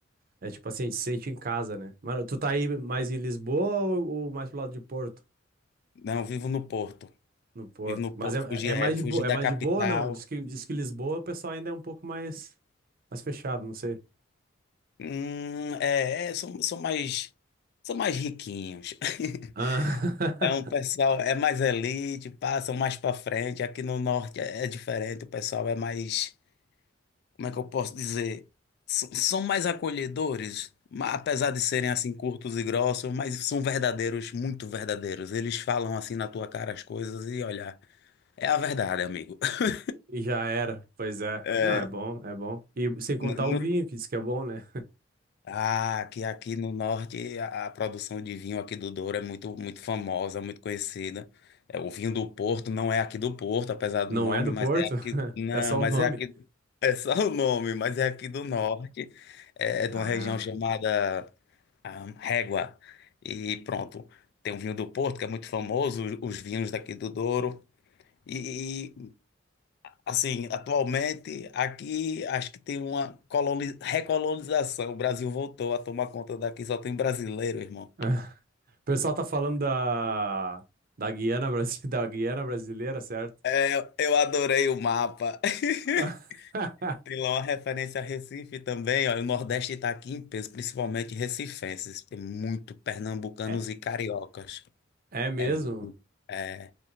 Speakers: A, on the right (about 50°); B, on the left (about 55°).
A: é tipo assim, a gente se sente em casa, né? Mas tu tá aí mais em Lisboa ou, ou mais pro lado de Porto?
B: não, eu vivo no Porto.
A: No Porto.
B: Vivo no
A: Mas
B: Porto,
A: é,
B: fugir,
A: é mais
B: é,
A: de
B: fugir
A: boa,
B: da
A: é mais
B: capital.
A: de boa ou não? Diz que, diz que Lisboa o pessoal ainda é um pouco mais, mais fechado, não sei.
B: Hum, é, é, são, são mais, são mais riquinhos. <laughs>
A: Ah.
B: É um
A: <laughs>
B: pessoal, é mais elite, passam mais para frente. Aqui no norte é, é diferente, o pessoal é mais, como é que eu posso dizer? S- são mais acolhedores, ma- apesar de serem assim curtos e grossos, mas são verdadeiros, muito verdadeiros. Eles falam assim na tua cara as coisas e olha, é a verdade, amigo. <laughs>
A: E já era, pois é.
B: É,
A: Não, é bom, é bom. E sem contar
B: não,
A: o vinho, que diz que é bom, né?
B: Ah, que aqui no norte a, a produção de vinho aqui do Douro é muito, muito famosa, muito conhecida. É, o vinho do Porto não é aqui do Porto, apesar do
A: Não
B: nome,
A: é do
B: mas
A: Porto?
B: é aqui.
A: <laughs>
B: Não,
A: É só
B: mas
A: o nome?
B: é aqui. <laughs> É só o nome, mas é aqui do norte. É é
A: Ah.
B: de uma região chamada ah, Régua. E pronto. Tem o vinho do Porto, que é muito famoso, os, os vinhos daqui do Douro. e Assim, atualmente, aqui acho que tem uma coloni- recolonização. O Brasil voltou a tomar conta daqui, só tem brasileiro, irmão.
A: <laughs> O pessoal tá falando da, da Guiana, Brasi- <laughs> da Guiana brasileira, certo?
B: É, eu adorei o mapa. <laughs>
A: <laughs>
B: Tem lá uma referência a Recife também, ó. O Nordeste está aqui em peso, principalmente recifenses. Tem muito pernambucanos
A: É,
B: e cariocas.
A: é mesmo?
B: É, mu- é